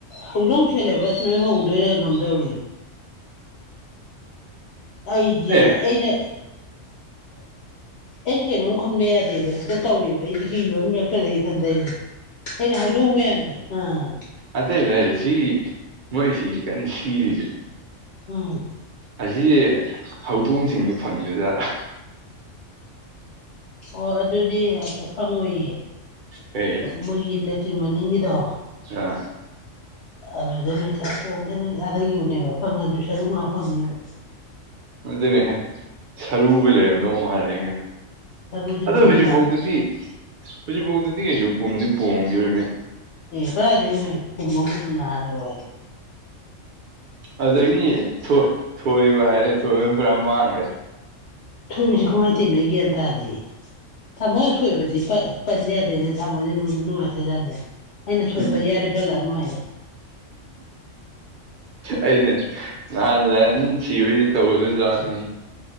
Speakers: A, on the left (about 60°); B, on the right (about 50°).
A: ꯍꯧꯗꯣꯡ ꯁꯦꯂꯦꯕꯁ ꯅꯣꯏ ꯍꯧꯗꯣꯏꯔꯥ ꯀꯩꯅꯣꯝ ꯇꯧꯋ ꯑꯩꯁꯦ
B: ꯑꯦ
A: ꯑꯩꯅ ꯑꯩꯁꯤꯦ ꯀꯩꯅꯣ ꯈꯨꯟꯕ ꯌꯥꯗꯦꯕ ꯍꯦꯛꯇ ꯇꯧꯋꯦꯕ ꯑꯩꯗꯤ ꯍꯤꯕ ꯑꯃ ꯌꯥꯎꯁꯜꯂꯛꯏ ꯏꯊꯟꯗ ꯑꯩꯁꯦ ꯑꯩꯅ ꯍꯧꯗꯣꯡ ꯃꯁꯦ ꯑꯥ
B: ꯑꯇꯩ ꯂꯩ ꯁꯤꯒꯤ ꯃꯣꯏꯁꯤ ꯀꯟꯅ ꯁꯤꯔꯤꯁꯦ
A: ꯎꯝ
B: ꯑꯁꯤꯒꯤ ꯍꯧꯗꯣꯡꯁꯤꯡꯗꯨ ꯐꯪꯗꯦꯖꯥꯠꯥ
A: ꯑꯣ ꯑꯗꯨꯗꯤ ꯐꯪꯉꯣꯏꯌꯦ
B: ꯀꯩ
A: ꯃꯣꯏꯒꯤ ꯂꯩꯇ꯭ꯔꯤ ꯃꯅꯤꯡꯒꯤꯗꯣ
B: ꯑꯥ
A: ꯑꯗꯨꯗ ꯅꯣꯏ ꯊꯛ ꯀꯣꯝꯇ ꯅꯣꯏ ꯊꯥꯗꯈꯤꯕꯅꯦꯕ ꯐꯪꯉꯁꯨ ꯁꯔꯨꯛ ꯉꯥꯛ ꯐꯪꯉꯦꯕ
B: ꯑꯗꯨ ꯑꯗꯨꯅꯦ ꯁꯔꯨꯕ ꯂꯩꯔꯗꯣꯉꯔꯦ
A: ꯁꯔꯨꯗꯤ
B: ꯑꯗ
A: ꯐꯖꯅ
B: ꯍꯧꯖꯤꯛꯐꯥꯎꯗꯗꯤ
A: ꯐꯪꯉꯅꯤ
B: ꯍꯧꯖꯤꯛꯐꯥꯎꯗꯗꯤ ꯀꯩꯁꯨ ꯄꯨꯝꯗꯤ ꯄꯣꯡꯈꯤꯔꯒꯦ
A: ꯑꯦ ꯈꯣꯏ ꯍꯥꯏꯗꯤ ꯅꯣꯏ ꯀꯨꯝꯕ ꯃꯅꯨꯡꯅ ꯅꯍꯥꯟꯜꯂꯣꯏ
B: ꯑꯗꯒꯤ ꯊꯣꯏꯕ ꯍꯥꯏꯔꯦ ꯊꯣꯏꯕꯅ ꯄꯨꯔꯥ ꯃꯥꯡꯈ꯭ꯔꯦ
A: ꯊꯣꯏꯕꯁꯤ ꯀꯃꯥꯏꯅ ꯇꯧꯔꯤꯅꯣꯣꯏ ꯒ꯭ꯌꯥꯟ ꯇꯥꯔꯗꯤ ꯊꯃꯣꯏ ꯊꯣꯏꯕꯗꯤ ꯄꯟꯥꯗꯅꯦ ꯊꯃꯣ ꯅꯅ ꯏ ꯊꯦꯖꯦ ꯑꯩꯅ ꯁꯣꯏꯄ
B: ꯎꯝ
A: ꯌꯥꯔꯦ ꯄꯜꯂꯥ ꯅꯨꯡꯉꯥꯏꯌꯦ
B: ꯑꯩꯅ ꯅꯍꯥꯟ ꯂꯍꯟ ꯁꯤꯕꯏꯗ ꯇꯧꯕꯗꯖ ꯋꯥꯠꯅꯤꯩ